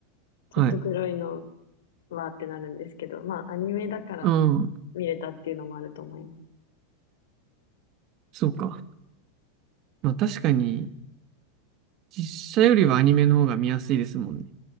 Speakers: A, on the left; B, on the right.
A: ちょっとグロいの
B: はい。
A: わーってなるんですけど、まあ、アニメだから
B: うん。
A: 見れたっていうのもあると思います。
B: そうか。まあ確かに、実写よりはアニメの方が見やすいですもんね。